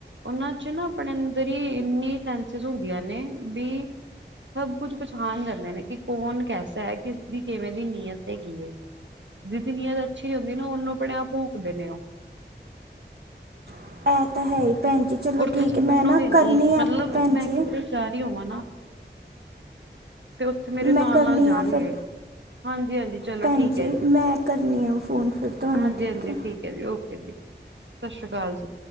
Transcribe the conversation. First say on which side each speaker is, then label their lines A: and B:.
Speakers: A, on the right; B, on the right.
A: ਓਨਾਂ ਚ ਨਾ ਅਪਨੇ ਅੰਦਰ ਈ ਇੰਨੀ ਸੈਂਸਿਜ਼ ਹੁੰਦੀਆਂ ਨੇ, ਵੀ ਸਬ ਕੁੱਛ ਪਛਾਨ ਜਾਂਦੇ ਨੇ ਕਿ ਕੌਨ ਕੈਸਾ ਐ ਕਿਸ ਦੀ ਕਿਵੇਂ ਦੀ ਨੀਅਤ ਹੈਗੀ ਏ। ਜੀਦੀ ਨੀਅਤ ਅੱਛੀ ਨੀ ਹੁੰਦੀ ਨਾ ਓਨੂੰ ਆਪਨੇ ਆਪ ਭੋਂਕ ਦੇ ਨੇ ਓ?
B: ਇਹ ਤਾਂ ਹੈ ਹੀ ਭੈਣ ਜੀ ਚਲੋ
A: ਔਰ
B: ਠੀਕ
A: ਤੁਸੀ
B: ਹੈ
A: ਮੰਨੋਗੇ
B: ਮੈਂ ਨਾ ਕਰਨੀ
A: ਨੀ,
B: ਆ
A: ਮਤਲਬ
B: ਭੈਣ
A: ਮੈਂ
B: ਜੀ
A: ਕਿੱਦਰੇ ਜਾ ਰਈ ਹੋਵਾਂ ਨਾ ਤੇ ਓਥੇ ਮੇਰੇ
B: ਮੈਂ
A: ਨਾਲ-ਨਾਲ
B: ਕਰਨੀ
A: ਜਾਨਗੇ।
B: ਆ ਫਿਰ
A: ਹਾਂਜੀ-ਹਾਂਜੀ ਚਲੋ
B: ਭੈਣ
A: ਠੀਕ ਐ ਜੀ,
B: ਮੈਂ ਕਰਨੀ ਆ ਫੋਨ ਫਿਰ ਤੁਹਾਨੂੰ
A: ਹਾਂਜੀ-ਹਾਂਜੀ
B: ਹੈ
A: ਠੀਕ ਐ ਜੀ ਓਕੇ ਜੀ, ਸਸ਼੍ਰੀ ਕਾਲ ਜੀ।